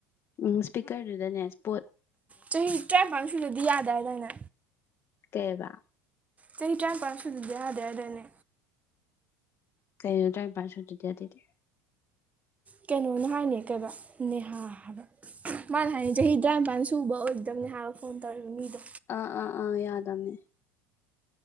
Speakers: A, on the left; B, on the right.
A: ꯎꯝ ꯁ꯭ꯄꯤꯀꯔꯗꯨꯗꯅꯦ ꯁ꯭ꯄꯣꯠ
B: ꯆꯍꯤ ꯆꯍꯤ ꯇ꯭ꯔꯃꯥ ꯁꯅꯗꯤ ꯌꯥꯗ ꯍꯥꯏ ꯆꯂꯥꯏꯅ
A: ꯀꯩꯕ
B: ꯆꯍꯤ ꯇꯔꯥꯅꯤꯄꯥꯟ ꯁꯨꯗꯗꯤ ꯌꯥꯗꯦ ꯌꯥꯗꯣꯏꯅꯦ
A: ꯀꯩꯩꯅ ꯇꯥꯏꯝ ꯄꯥꯏꯁꯇꯗ ꯇꯗꯤ
B: ꯀꯩꯅꯣꯅ ꯍꯥꯏꯅꯤ ꯀꯩꯕ ꯅꯦꯍꯥ ꯍꯥꯏꯕ ꯃꯥꯅ ꯍꯥꯏꯅꯤ ꯆꯍꯤ ꯇꯔꯥꯅꯤꯄꯜ ꯁꯨꯕ ꯑꯣꯏꯗꯕꯅꯦ ꯍꯥꯏꯕ ꯐꯣꯟ ꯇꯧꯔꯦ ꯃꯤꯗꯣ
A: ꯑꯥ ꯑꯥ ꯑꯥ ꯌꯥꯗꯃꯦ